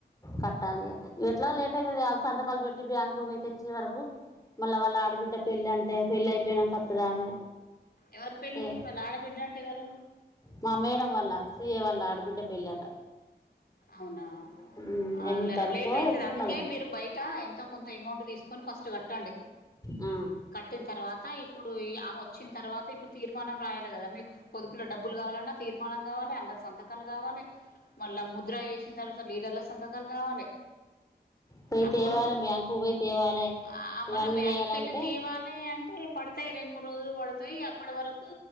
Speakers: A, on the left; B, on the left.
A: కట్టాలి ఇగ ఎట్లాగో లేట్ అయితది సంతకాలు పెట్టి బ్యాంకు పోయి తెచ్చే వరకు మళ్ళీ వాళ్ళ ఆడబిడ్డ పెళ్లి అంటే పెళ్లి అయిపోయినాక వత్తదామె
B: ఎవరు పెళ్ళి
A: ఏ
B: వాళ్ళ ఆడబిడ్డ అంటే ఎవరు
A: మా మేడం వల్ల సి ఎ వాళ్ళ ఆడబిడ్డ పెళ్ళట
B: అవునా
A: ఉమ్,
B: అ
A: ఎనిమిది
B: లే లె
A: తారీఖు
B: లేేట్ అయితది
A: ఎప్పుడు
B: అందుకే
A: ఉండదు
B: మీరు బయట ఎంతో కొంత అమౌంట్ తీసుకొని ఫస్ట్ కట్టండి
A: ఆ,
B: కట్టిన తర్వాత ఇప్పుడు ఆమె వచ్చిన తర్వాత ఇప్పుడు తీర్మానం రాయాలి కదా మీకు పొదుపుల డబ్బులు కావాలన్నా తీర్మానం కావాలి అందరు సంతకాలు కావాలి మళ్ళా ము ద్రా వేసిన తర్వాత లీడర్ల సంతకాలు కావాలి
A: పోయి
B: అప్పుడు
A: తేవాలి బ్యాంకు పోయి తేవాలి
B: ఆ
A: ఇవన్నీ
B: మళ్ల బ్యాంకుకెళ్ళి
A: చేయాలంటే
B: తేవాలే అంటే పడతాయి రెండు మూడు రోజులు పడతాయి అప్పటి వరకు